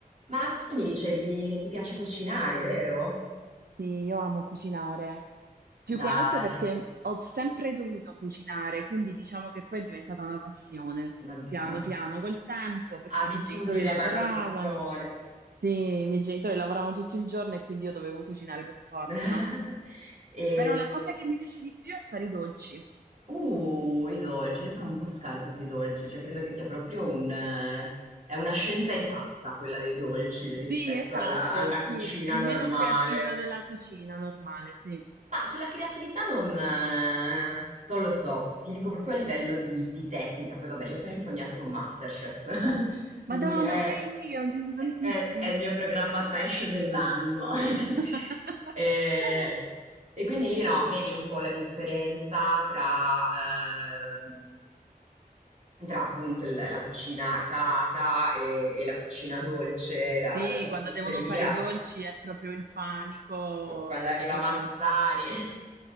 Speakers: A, on the right; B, on the right.
A: Ma quindi mi dicevi che ti piace cucinare, vero?
B: Sì, io amo cucinare, più
A: Dai,
B: che altro perché ho sempre dovuto cucinare, quindi diciamo che poi è diventata una passione,
A: una,
B: piano
A: una-
B: piano, col tempo, perché
A: abitudine
B: i miei genitori lavoravano.
A: barra passione.
B: Sì, i miei genitori lavoravano tutto il giorno e quindi io dovevo cucinare per forza.
A: <laughs> E...
B: Però la cosa che mi piace di più è fare i dolci.
A: Uh, i dolci, io sono un po' scarsa sui dolci, cioè credo che sia proprio un... eh, è una scienza esatta quella dei dolci rispetto
B: Sì, esatto,
A: alla alla
B: sì,
A: cucina
B: è meno
A: normale.
B: creativa della cucina normale, sì.
A: Ma sulla creatività non, eh, non lo so, ti dico proprio a livello di, di tecnica, poi vabbè, io sono infognata con MasterChef, <laughs> quindi
B: Madonna,
A: è,
B: pure io, mi piace tantissimo.
A: è- è il mio programma trash dell'anno. <laughs>
B: <laughs>
A: E, e quindi lì no, vedi un po' la differenza tra, ehm, tra appunto il- la cucina salata e, e la cucina dolce, la,
B: Sì,
A: la pasticceria.
B: quando devono fare i dolci è proprio il panico,
A: Co- Quando
B: è
A: arriva
B: proprio,
A: Massari.